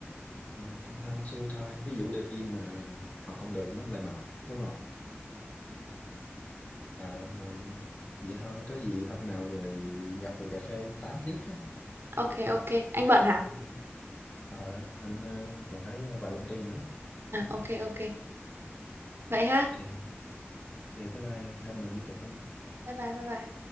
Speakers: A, on the left; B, on the right.
A: anh cũng hên xui thôi ví dụ đi mà học không được nó lại mệt đúng không à, mà vậy thôi có gì hôm nào rồi gặp rồi cà phê tám tiếp ha
B: ok ok anh bận hả
A: Ok. Ờ, anh ờ, còn phải ờ, vào công ty nữa
B: à ok ok vậy ha
A: ok ok bye bye hôm nào đi cà phê
B: bye bye bye bye